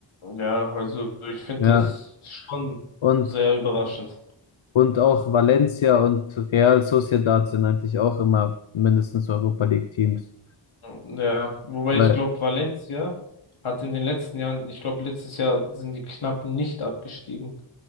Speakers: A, on the left; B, on the left.
A: Ja, also ich finde
B: Ja.
A: es schon
B: Und
A: sehr überraschend.
B: Und auch Valencia und Real Sociedad sind eigentlich auch immer mindestens Europa League Teams.
A: Ja, wobei
B: Weil,
A: ich glaube, Valencia hat in den letzten Jahren, ich glaube, letztes Jahr sind die knapp nicht abgestiegen.